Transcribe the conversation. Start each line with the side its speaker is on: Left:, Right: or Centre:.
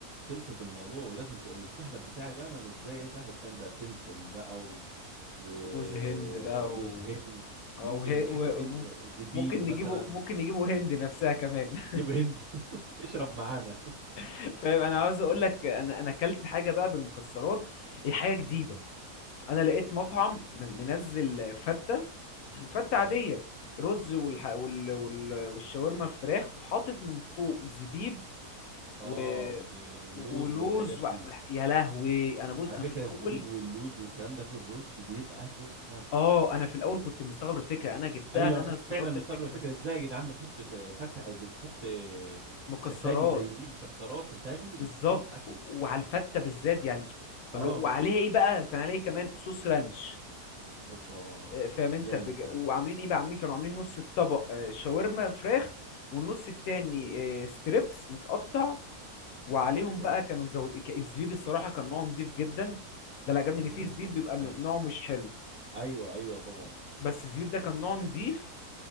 Right: خلصت الموضوع لازم ت... والسحلب بتاعي بقى انا مش زي سحلب تاني ده سمسم بقى و... وجوز
Left: وجوز هند بقى و...
Right: هند
Left: أو
Right: وممكن
Left: هي...
Right: حتتين
Left: و... و-
Right: آه، زبيب
Left: ممكن
Right: مثلا
Left: نجيبه ممكن نجيبه هند نفسها كمان
Right: جيب هند <laughs> تشرب معانا
Left: <laughs> فاهم انا عاوز اقول لك انا انا اكلت حاجه بقى بالمكسرات هي حاجه جديده
Right: مم،
Left: انا لقيت مطعم من- منزل فته <clears throat> فته
Right: حلو
Left: عاديه رز
Right: تمام
Left: والح... وال... وال... والشاورما الفراخ وحاطط من فوق زبيب
Right: اه
Left: و...
Right: و- ولوز
Left: ولوز
Right: والحاجات دي
Left: وح... يا لهوي انا بص
Right: على
Left: انا
Right: فكره
Left: في الاول
Right: الزبيب واللوز والكلام ده في الرز بيبقى تحفه
Left: اه انا في الاول كنت مستغرب الفكره انا جبتها
Right: ايوه
Left: ان
Right: انا
Left: انا
Right: كنت
Left: استغربت
Right: فعلا مستغرب
Left: الفكره
Right: الفكره ازاي يا جدعان بنحط ك- فاكهه بتحط آه،
Left: مكسرات
Right: تسالي زي دي مكسرات تسالي وبتحطها
Left: بالظبط
Right: في اكل
Left: و- وعلى الفته بالذات يعني فلو
Right: اه
Left: وعليها ايه بقى كان عليها إيه كمان صوص رانش
Right: اوبا
Left: آه، فاهم انت
Right: جامد
Left: بج...
Right: ده
Left: وعاملين ايه بقى عاملين كانوا عاملين نص الطبق آه، شاورما فراخ والنص التاني آه، ستريبس متقطع وعليهم
Right: اوبا
Left: بقى كانوا مزود ك- الزبيب الصراحه كان نوعه نضيف جدا ده اللي عجبني
Right: تمام
Left: ان في زبيب بيبقى
Right: حلو
Left: م- نوعه مش حلو
Right: ايوه ايوه طبعا
Left: بس الزبيب ده كان نوعه نضيف